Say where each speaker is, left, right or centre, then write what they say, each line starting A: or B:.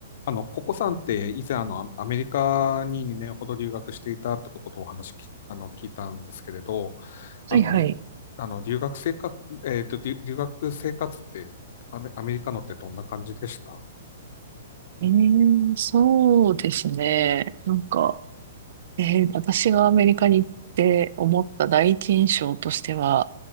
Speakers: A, on the left; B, on the right.
A: あの、ココさんって以前あの、アメリカに2年ほど留学していたってことをお話き、あの、聞いたんですけれど、
B: はいはい。
A: あの、あの、留学生活、えっと、留留学生活ってアメ、アメリカのってどんな感じでした
B: えー、そうですね。なんか、えー私がアメリカに行って思った第一印象としては、